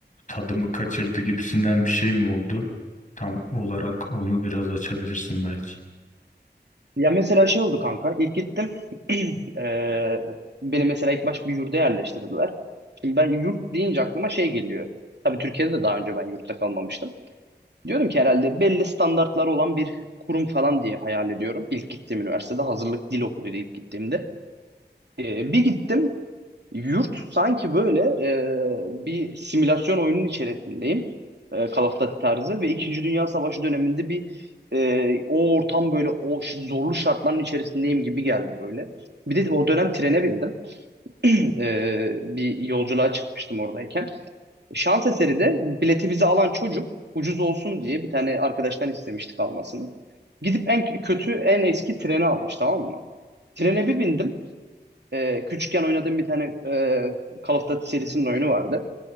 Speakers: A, on the left; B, on the right.
A: tadımı kaçırdı gibisinden bir şey mi oldu? Tam olarak onu biraz açabilirsin belki.
B: Ya mesela şey oldu kanka. İlk gittim. <clears throat> Eee, beni mesela ilk baş bir yurda yerleştirdiler. Şimdi ben yurt deyince aklıma şey geliyor. Tabii Türkiye'de de daha önce ben yurtta kalmamıştım. Diyorum ki herhalde belli standartları olan bir kurum falan diye hayal ediyorum. İlk gittiğim üniversitede hazırlık dil okuluydu ilk gittiğimde. Eee, bir gittim Yurt sanki böyle e, bir simülasyon oyunun içerisindeyim. E, Call of Duty tarzı ve İkinci Dünya Savaşı döneminde bir e, o ortam böyle o ş- zorlu şartların içerisindeyim gibi geldi böyle. Bir de o dönem trene bindim. <clears throat> E, bir yolculuğa çıkmıştım oradayken. Şans eseri de bileti bize alan çocuk ucuz olsun diye bir tane arkadaştan istemiştik almasını. Gidip en kötü en eski treni almış tamam mı? Trene bir bindim. E, küçükken oynadığım bir tane e, Call of Duty serisinin oyunu vardı.